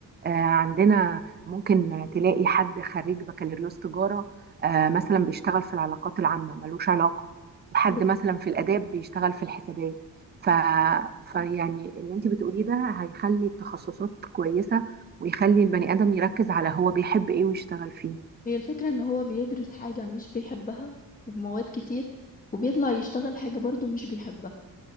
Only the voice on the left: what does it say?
بالظبط
هي الفكرة ان هو بيدرس حاجة مش بيحبها وبمواد كتير وبيطلع يشتغل حاجة برضه مش بيحبها